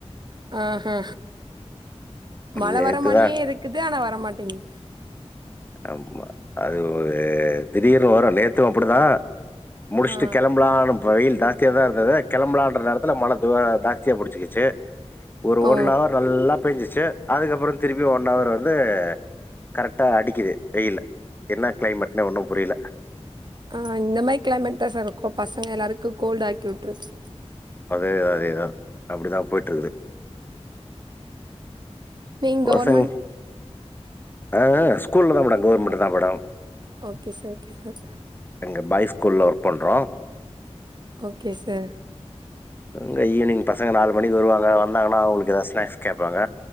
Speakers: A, on the right; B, on the left.
A: ஆ அ மழ
B: நேத்துதா
A: வர மாரியே இருக்குது ஆனா வரமாட்டேங்து
B: ஆமா அது திடீர்னு வரு நேத்து அப்டிதா முடிச்சுட்டு
A: ஆ
B: கெளம்பலானு வெயில் ஜாஸ்தியா தா இருந்தது கெளம்பலான்ற நேரத்துல மழ தா ஜாஸ்தியா புடிச்சிகிச்சு ஒரு
A: ஓ
B: ஓன் அவர் நல்லா பெஞ்சிச்சு அதுக்கப்றோ திருப்பியு ஒன் அவர் வந்து கரெக்டா அடி க்குது வெயில் என்ன கெளைமேட்னே ஒன்னு புரில
A: ஆ இந்த மாரி கெளைமேட் தா செர் இருக்கு பசங்க எல்லாருக்கு கோல்டு் ஆக்கி விட்டுறுது
B: அதேதா அதேதா அப்டிதா போயிட் இருக்து
A: நீங்க
B: பசங்
A: கவர்மெண்ட்
B: ஆ ஆ ஸ்கூல்ல தா மேடம் கவுவர்மெண்ட்லதா madam
A: okay sir okay sir
B: எங்க பாய் ஸ்கூல்ல ஒர்க் பண்றோ
A: ஓகே செர்
B: இங்க ஈவினங் பசங்க நாலு மணிக்கு வருவாங்க வந்தாங்கனா அவுங்களுக் எதனா ஸ்னாக்ஸ் கேப்பாங்க